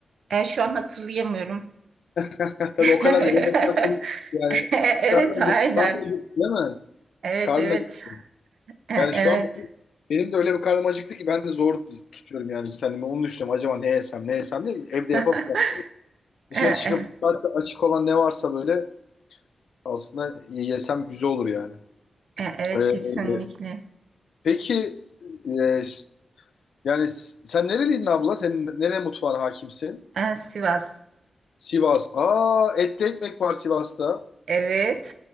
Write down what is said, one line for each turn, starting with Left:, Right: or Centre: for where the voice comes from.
Right: E, şu an hatırlayamıyorum.
Left: <laughs> Heh, tabii
Right: <laughs>
Left: o kadar yemekten konuş- yani
Right: Evet,
Left: karnım
Right: aynen.
Left: acıktı, karnım acıktı, değil mi?
Right: Evet
Left: Karnım
Right: evet.
Left: acıktı.
Right: E,
Left: Yani
Right: evet.
Left: şu an benim de öyle bir karnım acıktı ki ben de zor tutuyorum yani kendimi. Onu düşünüyorum. Acaba ne yesem ne yesem diye evde
Right: <laughs>
Left: yapamayacağım.
Right: E,
Left: Dışarı çıkıp
Right: e,
Left: zaten açık olan ne varsa böyle aslında yesem güzel olur yani.
Right: e, evet
Left: Ee,
Right: kesinlikle.
Left: Peki e, s- yani s- sen nereliydin abla? Senin nere mutfağına hakimsin?
Right: E, Sivas.
Left: Sivas. Aa etli ekmek var Sivas'ta.
Right: Evet.